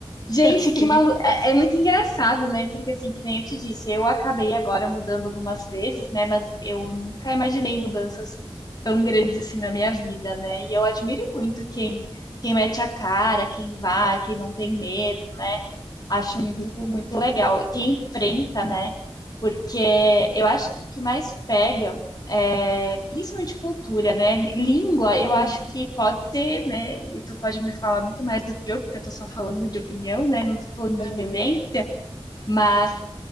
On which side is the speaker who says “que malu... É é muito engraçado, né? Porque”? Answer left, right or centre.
Left